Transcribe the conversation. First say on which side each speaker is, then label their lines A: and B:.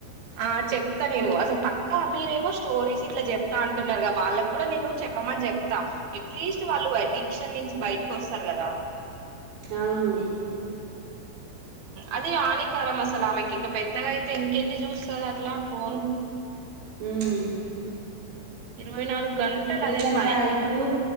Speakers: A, on the right (about 55°); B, on the right (about 75°).
A: ఆ చెప్తా నేను అసలు పక్కా మీరేమో స్టోరీస్ ఇట్లా చెప్తా అంటున్నారు కదా వాళ్ళకి కూడా నేను చెప్పమని చెప్తా ఎట్లీస్ట్ వాళ్ళు అడిక్షన్ నుంచి బయటకి వస్తారు కదా
B: అవును
A: అదే ఆనికారం మ అసాల ఆమెకి ఇంకా పెద్దగా అయితే ఇంకెన్ని చూస్తుది అట్లా ఫోన్
B: మ్మ్
A: ఇరు ఇరువై నాలుగు గంటలు అదే
B: దానికా
A: పనీ
B: ఇప్పుడు